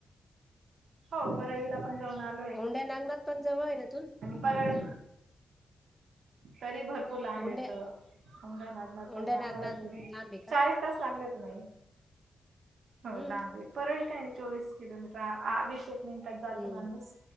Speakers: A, on the right; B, in the centre.
A: हो, परळीला पण जाऊन आलो.
B: कोंडे नागनाथ पण जवळ आहे ना इथून?
A: परळ तरी भरपू भरपूर लांब
B: औंढ्या
A: आहे, हंड नागनाला
B: औंढ्या
A: व
B: नागनाथ
A: आमार
B: लांब आहे का
A: चाळीस तास लागले होते ना आई. हो
B: हम्म
A: लांबी परळी काय नाही चोवीस किलोमीटर आ वीस हे. मिनटात जात
B: हम्म
A: माणूस,